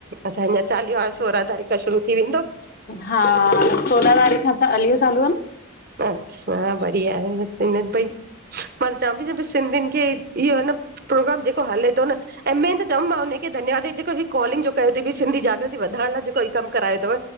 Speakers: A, on the right; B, on the left.
A: अच्छा, अञां चालीहो हाणे सोरहां तारीख़ शुरू थी वेंदो।
B: हा सोलहां तारीख़ खां चालीयो चालू आ, न
A: अच्छा, बढ़िया हे, हिनन पई मां त चवयां पई न भई, सिंधियुनि खे इयो हे न प्रोग्राम, जेको हले तो न ऐम ए त चओम मां हुनन खे धन्यवाद जेको ही कॉलिंग, जो कयो तई भई, सिंधी जागृति वधायणु लाइ जेको ही कमु करायो तव।